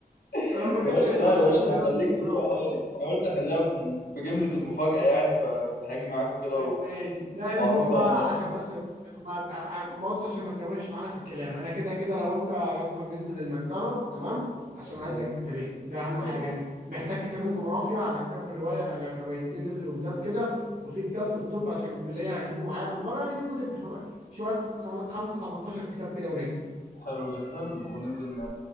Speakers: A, on the left (about 90°); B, on the right (about 80°).
A: <laughs>
B: لما تاخد
A: يا باشا
B: لما
A: لا يا باشا
B: تاخد
A: انا
B: الروايه
A: هخليك
B: مش هتقراها
A: تقراها لي انا قلت اخليها ب... بجملة المفاجأة يعني فكنت هاجي معاك وكده
B: ماشي
A: و...
B: لا
A: واعرفها
B: المهم بقى
A: هناك
B: عشان بس ما تع- بص عشان ما تتوهش معانا في الكلام انا كده كده لو انت لازم ننزل المكتبه تمام عشان
A: خلصان
B: عايز اجيب كتابين ده اهم حاجه
A: حلو
B: يعني محتاج كتابين جغرافيا على كتاب روايه على روايتين نزلوا جداد كده وفي كتاب في الطب عشان الكليه هجيبه معايا بالمره يعني اجيب كتب بحو- شويه خم- خمسه 15 كتاب كده ونجي
A: حلو جدا وننزل ن...